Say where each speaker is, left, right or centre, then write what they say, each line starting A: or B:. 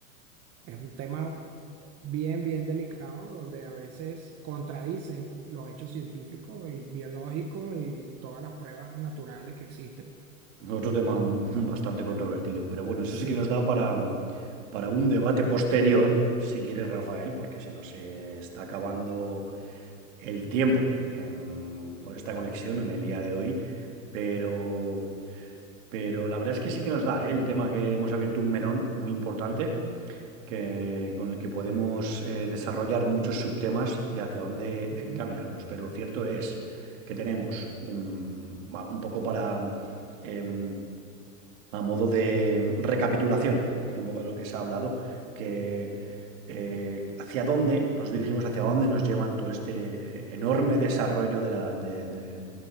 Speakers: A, on the right; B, on the right.
A: Es un tema bien, bien delicado, donde a veces contradicen los hechos científicos y biológicos y todas las pruebas naturales que existen.
B: otro tema bastante controvertido, pero bueno,
A: Sí.
B: eso sí que nos da para, para un debate posterior, si quieres, Rafael, porque se nos eh, está acabando el tiempo en- por esta conexión en el día de hoy, pero... Pero la verdad es que sí que nos da, ¿eh? El tema que hemos abierto un melón muy importante que, con el que podemos eh, desarrollar muchos subtemas y hacia dónde
A: Ujú.
B: encaminarnos. Pero lo cierto es que tenemos un, va- un poco para, em, a modo de recapitulación de un poco de lo que se ha hablado, que eh, hacia dónde nos dirigimos, hacia dónde nos llevan todo este eh, enorme desarrollo de la- de- de-